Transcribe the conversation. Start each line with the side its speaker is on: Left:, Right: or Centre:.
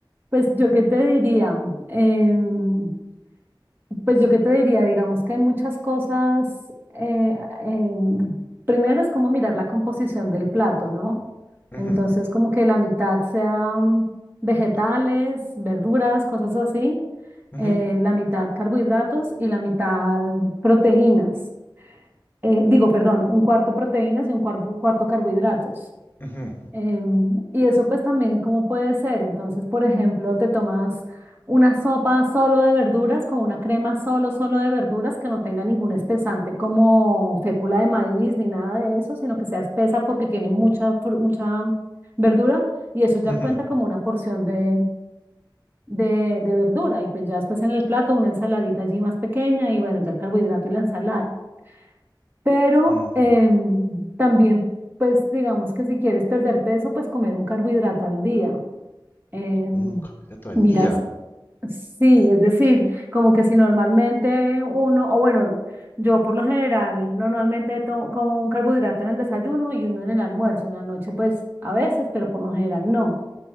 Right: Pues yo qué te diría, Em, Pues yo qué te diría, digamos que hay muchas cosas. eh, em, primero es como mirar la composición del plato, ¿no?
Left: Ujú,
Right: Entonces, como que la mitad sean vegetales, verduras, cosas así,
Left: ujú,
Right: eh, la mitad carbohidratos y la mitad proteínas. Eh, digo, perdón, un cuarto proteínas y un cuarto, cuarto carbohidratos.
Left: ujú,
Right: Em, y eso pues también cómo puede ser. Entonces, por ejemplo, te tomas una sopa solo de verduras, como una crema solo, solo de verduras, que no tenga ningún espesante como fécula de maíz ni nada de eso, sino que sea espesa porque tiene mucha, fru- mucha verdura y eso ya
Left: ujú,
Right: cuenta como una porción de, de, de verdura. Y pues ya después en el plato una ensaladita allí más pequeña y bueno, ya el carbohidrato y la ensalada. Pero
Left: ujú.
Right: em, también, pues digamos que si quieres perder peso, pues comer un carbohidrato al día. Em,
Left: Un carbohidrato al
Right: miras,
Left: día.
Right: sí, es decir, como que si normalmente uno, o bueno, yo por lo general normalmente to- como un carbohidrato en el desayuno y uno en el almuerzo, en la noche pues a veces, pero por lo general no.